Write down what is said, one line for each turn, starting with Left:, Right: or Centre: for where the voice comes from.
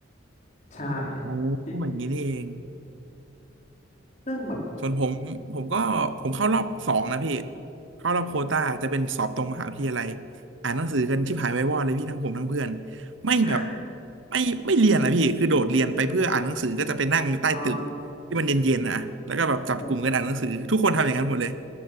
Left: ใช่
Right: โอ้อย่างนี้นี่เอง
Left: พี่ซึ่งแบบ
Right: ส่วนผมผมก็ผมเข้ารอบสองนะพี่เข้ารอบโควต้าจะเป็นสอบตรงมหาวิทยาลัยอ่านหนังสือกันชิบหายไว้วอดเลยพี่ทั้งผมทั้งเพื่อนไม่แบบ
Left: <gasps>
Right: ไม่ไม่เรียนอะพี่คือโดดเรียนไปเพื่ออ่านหนังสือก็จะไปนั่งใต้ตึกที่มันเย็นๆนะแล้วก็แบบจับกลุ่มกันอ่านหนังสือทุกคนทำอย่างนั้นหมดเลย
Left: อ่าแบบ